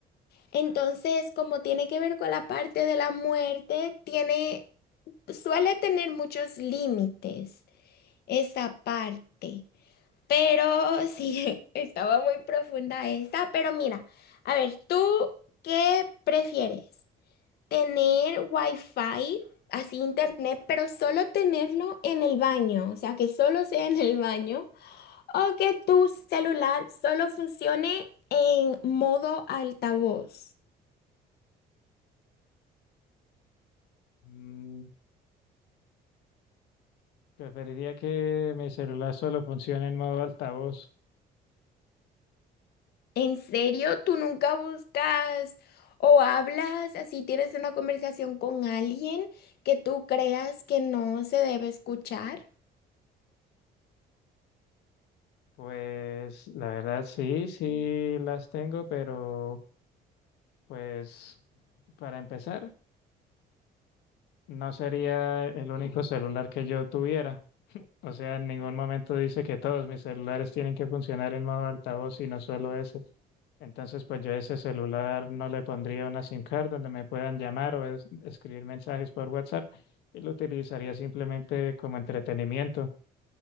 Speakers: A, on the left; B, on the left.
A: Entonces, como tiene que ver con la parte de la muerte, tiene, suele tener muchos límites esa parte. Pero sí, <laughs> estaba muy profunda esa. Pero mira, a ver, ¿tú qué prefieres? ¿Tener wifi, así internet, pero solo tenerlo en el baño? O sea, que solo sea en el baño. ¿O que tu celular solo funcione en modo altavoz?
B: Mm, preferiría que mi celular solo funcione en modo altavoz.
A: ¿En serio? ¿Tú nunca buscas o hablas así, tienes una conversación con alguien que tú creas que no se debe escuchar?
B: Pues la verdad, sí, sí las tengo, pero pues para empezar, no sería el único celular que yo tuviera. O sea, en ningún momento dice que todos mis celulares tienen que funcionar en modo altavoz, sino solo ese. Entonces, pues yo a ese celular no le pondría una SIM card donde me puedan llamar o es- escribir mensajes por WhatsApp y lo utilizaría simplemente como entretenimiento